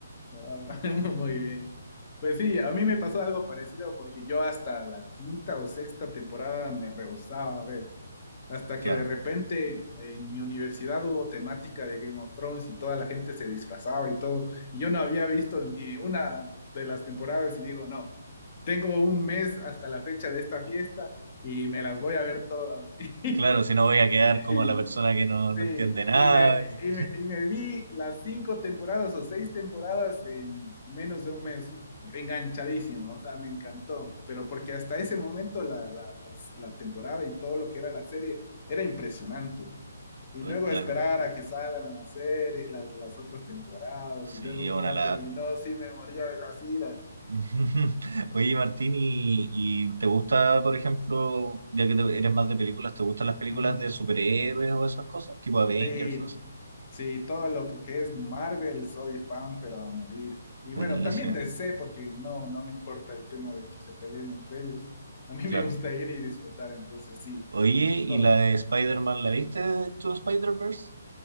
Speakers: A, on the left; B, on the right.
A: Ah, <laughs> Muy bien. Pues sí, a mí me pasó algo parecido porque yo hasta la quinta o sexta temporada me rehusaba a ver. Hasta
B: Claro,
A: que de repente en mi universidad hubo temática de Game of Thrones y toda la gente se disfrazaba y todo. Y yo no había visto ni una de las temporadas y digo, no, tengo un mes hasta la fecha de esta fiesta y me las voy a ver todas. <laughs>
B: claro, si no voy a quedar como
A: Y,
B: la persona que no,
A: Sí,
B: no entiende nada.
A: y me,
B: y-
A: y me, y me vi las cinco temporadas o seis temporadas en menos de un mes, enganchadísimo, o sea, me encantó, pero porque hasta ese momento la, la- las- la temporada y todo lo que era la serie era impresionante. Y
B: <laughs>
A: luego
B: Claro,
A: esperar a que salgan la serie, las, las otras temporadas,
B: sí,
A: y luego
B: es una
A: cómo
B: lata.
A: terminó, sí me moría de las iras.
B: <laughs> Oye, Martín, ¿y, y te gusta, por ejemplo, ya que te- eres más de películas, ¿te gustan las películas
A: Ujú.
B: de superhéroes o esas cosas? Tipo Avengers,
A: Sí,
B: no sé.
A: sí, todo lo que es Marvel soy fan, pero a morir. Y
B: Buenísimo,
A: bueno, también D C porque no, no me importa el tema de que se peleen entre ellos. A mí
B: claro.
A: me gusta ir y disfrutar, entonces sí,
B: Oye, ¿y
A: todo.
B: la de Spider-Man la viste en tu Spider-Verse?